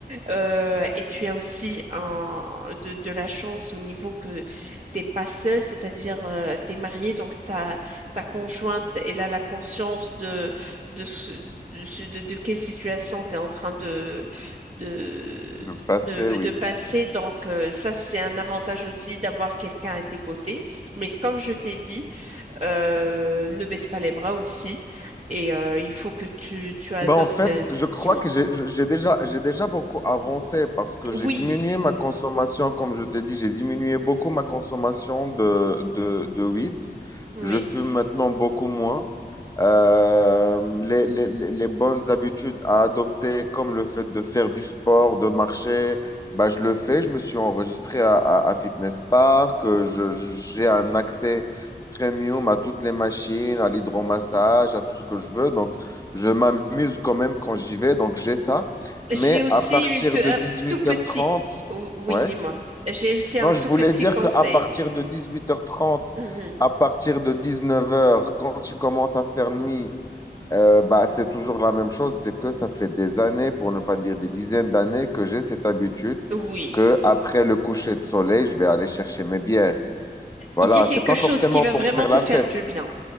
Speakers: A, on the right; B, on the left.
A: Euh, et tu as aussi un, de, de la chance au niveau que t'es pas seul, c'est-à-dire euh, t'es marié, donc ta, ta conjointe, elle a la conscience de, de, ce- de, ce- de- de quelle situation tu es en train de, de,
B: De passer,
A: de,
B: oui.
A: de passer. Donc euh, ça, c'est un avantage aussi d'avoir quelqu'un à tes côtés. Mais comme je t'ai dit, euh, ne baisse pas les bras aussi. Et euh, il faut que tu, tu adoptes,
B: Ben, en fait,
A: euh,
B: je crois
A: dis-moi.
B: que j'ai je- j'ai déjà, j'ai déjà beaucoup avancé parce que j'ai
A: Oui,
B: diminué ma consommation, comme je t'ai dit, j'ai diminué beaucoup ma consommation de, de, de weed.
A: oui.
B: Je fume maintenant beaucoup moins. Euh, les, les, les les bonnes habitudes à adopter, comme le fait de faire du sport, de marcher, bah, je le fais. Je me suis enregistré à, à, à Fitness Park. Euh, Je, je- j'ai un accès premium à toutes les machines, à l'hydromassage, à tout ce que je veux. Donc, je m'amuse quand même quand j'y vais, donc j'ai ça.
A: J'ai
B: Mais
A: aussi
B: à partir
A: une pe-
B: de
A: un
B: dix-huit
A: tout petit.
B: heures trente,
A: Ou- Oui,
B: ouais.
A: dis-moi. J'ai aussi un
B: Non,
A: tout
B: je voulais
A: petit
B: dire
A: conseil.
B: qu'à partir de dix-huit heures trente,
A: Mhm.
B: à partir de dix-neuf heures, quand tu commences à faire nuit, euh, bah, c'est toujours la même chose. C'est que ça fait des années, pour ne pas dire des dizaines d'années, que j'ai cette habitude
A: Oui.
B: que après le coucher de soleil, je vais aller chercher mes bières. Voilà,
A: Il y a quelque
B: c'est pas
A: chose
B: forcément
A: qui va
B: pour
A: vraiment
B: faire
A: te
B: la
A: faire
B: fête.
A: du bien.